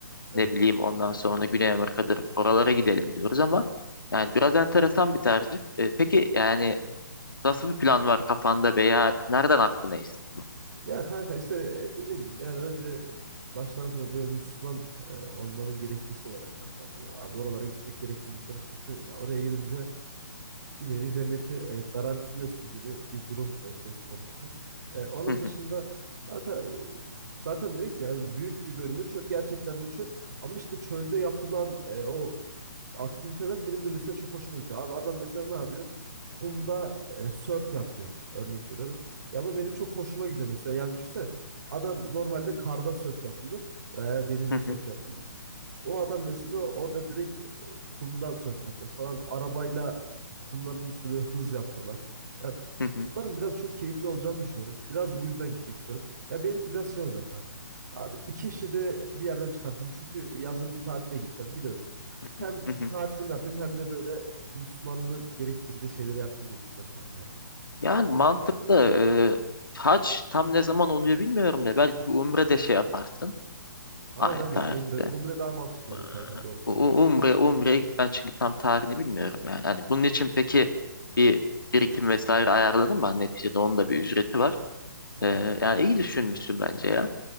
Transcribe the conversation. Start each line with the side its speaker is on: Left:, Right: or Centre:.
Right: Evet.
Left: ne bileyim ondan sonra Güney Amerika'dır oralara
Right: Kesin.
Left: gidelim diyoruz ama yani biraz enteresan bir tercih. E, peki yani nasıl bir plan var kafanda veya nereden aklına esti bu?
Right: Ya kanka işte e, dediğim gibi yani önce başlangıçta böyle Müslüman e, olmanın gerekçesi olarak kanka bir, abi oralara gitmek gerektiğini düşünüyorum. Çünkü ya oraya gidince bir nevi cenneti e, garantiliyorsun gibi bir durum e, söz konusu. E, onun
Left: Hı hı,
Right: dışında kanka e, zaten dedik ya büyük bir bölümü çöl gerçekten de çöl. Ama işte çölde yapılan e, o aktiviteler benim de mesela çok hoşuma gidiyor. Abi adam mesela ne yapıyor? Kumda e, sörf yapıyor. Örnek veriyorum. Ya bu benim çok hoşuma gidiyor mesela. Yani düşünsene adam normalde karda sörf yapılır veya denizde
Left: hı hı,
Right: sörf yapılır. O adam mesela orada direkt e, kumda sörf yapıyor falan. Arabayla kumların üstünde böyle hız yapıyorlar. Ya
Left: hı hı,
Right: Bunların biraz çok keyifli olacağını düşünüyorum. Biraz bu yüzden gitmek istiyorum. Ya benimki biraz şey olacak kanka. Abi iki işi de bir yerden çıkartayım. Çünkü yazın bir tatile gideceğim biliyorsun.
Left: hı
Right: Hem
Left: hı, hı hı.
Right: tatilim yapayım hem de böyle e, Müslümanlığın gerektirdiği şeyleri yapayım diye düşünüyorum kanka. ya.
Left: Yani mantıklı. E, hac tam ne zaman oluyor bilmiyorum da belki bir umre de şey yaparsın aynı
Right: Aynen aynen
Left: tarihte.
Right: umre, umre daha mantıklı
Left: E,
Right: olur kankam doğru söylüyorsun.
Left: U- u- Umre, umreye gitmen çünkü tam tarihini bilmiyorum yani. Hani bunun için peki bir birikim vesaire ayarladın mı? Hani Neticede onun da bir ücreti var. Ee,
Right: Evet.
Left: yani iyi düşünmüşsün bence ya.